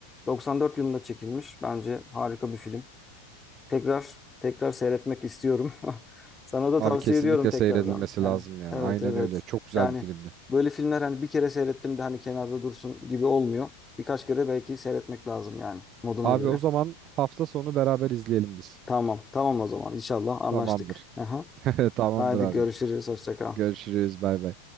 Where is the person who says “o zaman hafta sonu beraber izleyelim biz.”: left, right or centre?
Right